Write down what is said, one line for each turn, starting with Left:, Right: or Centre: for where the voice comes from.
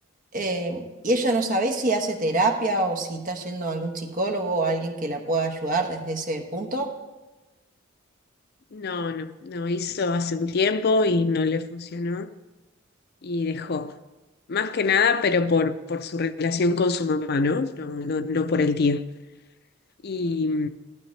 Right: eh, y ella no sabe si hace terapia o si está yendo a algún psicólogo o alguien que la pueda ayudar desde ese punto.
Left: No, no, no hizo hace un tiempo y no le funcionó y dejó. Más que nada, pero por, por su relación con su mamá, ¿no? No, no, no por el tío. Y,